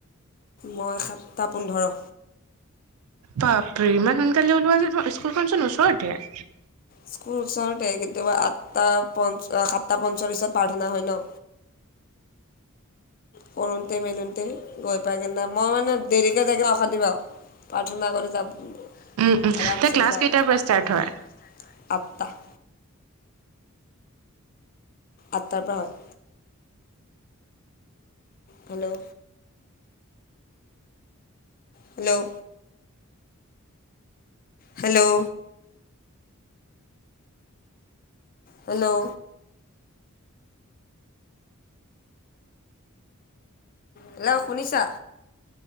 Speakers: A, on the left (about 40°); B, on the right (about 85°).
A: মই সাতটা পোন্ধৰ৷
B: বাপৰে ইমান সোনকালে ওলোৱা যে তোমাৰ স্কুলখনচোন ওচৰতে৷
A: স্কুল ওচৰতে কিন্তু আঠটা সাতটা পঞ্চল্লিছত প্ৰাৰ্থনা হয় ন৷ কৰোঁতে মেলোতে গৈ পাই কিনে মই মানে দেৰিকে গৈ পাই কিনে অশান্তি পাওঁ৷ প্ৰাৰ্থনা কৰি যাওঁ
B: উম উম
A: আৰামছে
B: তে ক্লাছ
A: যাওঁ
B: কেইটাৰ পৰা ষ্টাৰ্ট হয়
A: আঠটা৷ আঠটাৰ পৰা হয়৷ hello hello hello hello hello শুনিছা?